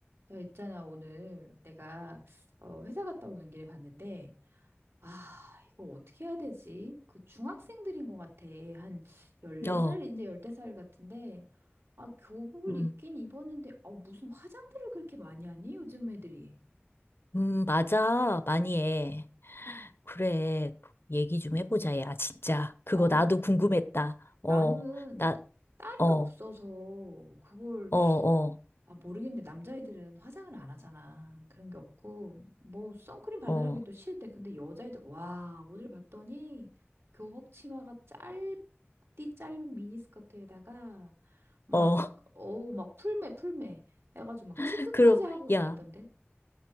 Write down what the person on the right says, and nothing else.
나 있잖아, 오늘 내가 어, 회사 갔다 오는 길에 봤는데, 아, 이거 어떻게 해야 되지? 그 중학생들인 것 같아. 한 14살,
이제 15살 같은데, 아, 교복을
입긴 입었는데, 아, 무슨 화장들을 그렇게 많이 하니? 요즘 애들이.
아우,
나는
딸이
없어서 그걸
아, 모르겠는데 남자애들은 화장을 안 하잖아. 그런 게 없고 뭐 선크림 발라라기도
싫대. 근데 여자애들 와, 오늘 봤더니 교복 치마가 짧디 짧은 미니스커트에다가 막
어, 막 풀매 풀매 해가지고 막
치크까지
하고
있던데.